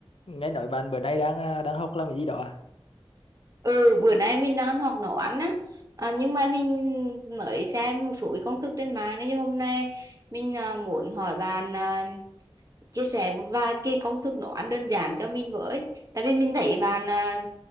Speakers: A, on the left (about 70°); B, on the right (about 40°).
A: nghe nói bạn bữa nay đang à, đang học làm cái gì đó à
B: Ừ, bữa nay mình đang học nấu ăn á à, nhưng mà mình mới xem một số cái công thức trên mạng nên như hôm nay mình à, muốn hỏi bạn à, chia sẻ một vài cái công thức nấu ăn đơn giản cho mình với tại vì mình thấy bạn à,